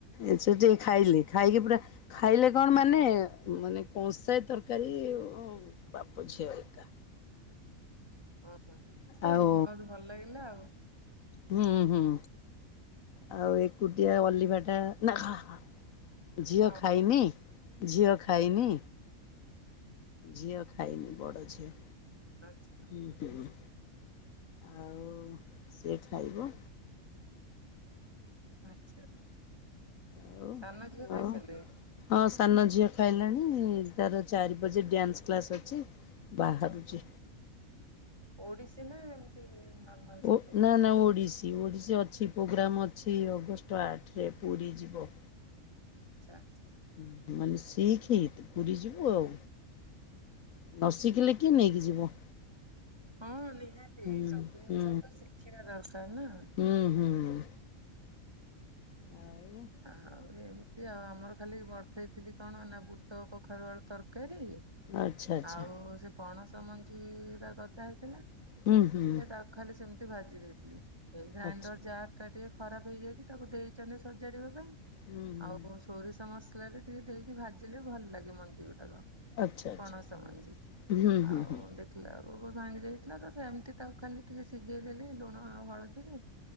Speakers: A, on the left; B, on the right.
A: ଏ ସେ ଟିକେ ଖାଇଲେ ଖାଇକି ପୁରା ଖାଇଲେ କଣ ମାନେ ମାନେ କଂସଏ ତରକାରୀ ବାପ ଝିଅ ଏକା।
B: ଓହୋ ତାଙ୍କୁ
A: ଆଉ
B: ବହୁତ ଭଲ ଲାଗିଲା ଆଉ।
A: ହୁଁ ହୁଁ। ଆଉ ଏକୁଟିଆ ଅଲିଭା ଟା ନା ହା ହା ଝିଅ
B: ଆଚ୍ଛା
A: ଖାଇନି ଝିଅ ଖାଇନି ଝିଅ ଖାଇନି ବଡ ଝିଅ।
B: <inaudible>
A: ହୁଁହୁଁ। ଆଉ ସିଏ ଖାଇବୁ।
B: ଆଚ୍ଛା
A: ଆଉ
B: ସାନ ଝିଅ ଖାଇ
A: ଆଉ
B: ସାରିଲେଣି?
A: ହଁ ସାନ ଝିଅ ଖାଇଲାଣି ତାର ଚାରି ବଜେ ଡ୍ୟାନ୍ସ କ୍ଲାସ ଅଛି। ବାହାରୁଛି
B: ଓହୋ ଓଡିଶୀ ନା ଏମିତି ନର୍ମାଲ। ଶିଖଉ
A: ଓ ନା ନା ଓଡ଼ିଶୀ। ଓଡ଼ିଶୀ ଅଛି ପ୍ରୋଗ୍ରାମ୍ ଅଛି ଅଗଷ୍ଟ ଆଠରେ ପୁରୀ ଯିବ।
B: ଆଚ୍ଛା ଆଚ୍ଛା।
A: ଉଁ ହୁଁ ମାନେ ଶିଖି ଇତ୍ ପୁରି ଯିବୁ ଆଉ। ନସିଖିଲେ କିଏ ନେଇକି ଯିବ।
B: ହଁ ନିହାତି
A: ହୁଁ
B: ସବୁ ଜିନିଷ
A: ହୁଁ
B: ତ ଶିଖିବା ଦରକାର ନା।
A: ହୁଁ ହୁଁ ଆଉ
B: ଆଉ ଏମିତି ଆଉ ଆମର ଖାଲି ବର୍ତ୍ତଇ ଥିଲି କଣ ନା ବୁଟ କଖାରୁ ଆଳୁ ତରକାରୀ
A: ଆଚ୍ଛା ଆଚ୍ଛା
B: ଆଉ ସେ ପଣସ ମଞ୍ଜିା ଉରା ଗଦା ହେଇଥିଲା
A: ହୁଁ ହୁଁ
B: ସେ ତା ଖାଲି ସେମିତି ଭାଜି ଦେଇଥିଲି ଏଇ ଗ୍ରାଇଣ୍ଡର
A: ଆଚ୍ଛା
B: ଯାରଟାରେ। ଟିକେ ଖରାପ ହେଇଯାଇଛି ତାକୁ ଦେଇଛନ୍ତି ସଜାଡିବା ପାଇଁ
A: ହୁଁ ହୁଁ
B: ଆଉ ସ ସୋରିଷ ମସଲାରେ ଟିକେ ଦେଇକି ଭାଜିଲେ ଭଲ ଲାଗେ ମଞ୍ଜି ଗୁଡ଼ାକ।
A: ଆଚ୍ଛା
B: କଣସ
A: ଆଚ୍ଛା
B: ମଞ୍ଜି
A: ହୁଁ
B: ଆଉ
A: ହୁଁ ହୁଁ
B: ଦେ ଥିଲା ବେଳକୁ ଭାଙ୍ଗି ଯାଇଥିଲା ତ ସେମିତି ତାକୁ ଖାଲି ଟିକେ ଭିଜେଇ ଦେଲି ଲୁଣ ଆଉ ହଳଦୀରେ।